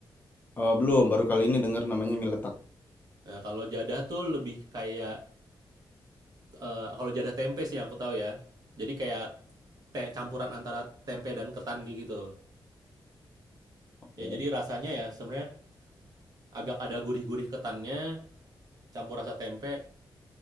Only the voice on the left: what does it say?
Oh, belum. Baru kali ini dengar namanya mie letak.
Oke.